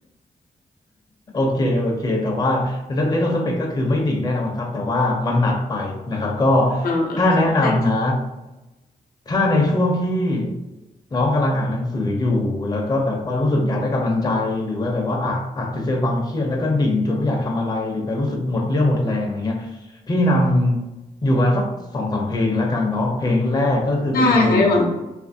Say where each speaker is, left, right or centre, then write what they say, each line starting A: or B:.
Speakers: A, on the left; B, on the left.
A: โอเคโอเคแต่ว่าเรโทรสเปกก็คือไม่ดิ่งแน่นอนครับแต่ว่ามันหนักไปนะครับก็
B: อ่า
A: ถ้าแนะนำนะ
B: ่
A: ถ้าในช่วงที่น้องกำลังอ่านหนังสืออยู่แล้วก็แบบว่ารู้สึกอยากได้กำลังใจหรือว่าแบบว่าอ่ะอาจจะเจอความเครียดแล้วก็ดิ่งจนไม่อยากทำอะไรหรือแบบรู้สึกหมดเรี่ยวหมดแรงอะไรเงี้ยพี่นำอยู่ประมาณสักสองสามเพลงแล้วกันเนาะเพลงแรกก็คือเป็นเพลง
B: ได้ค่ะพี่บอล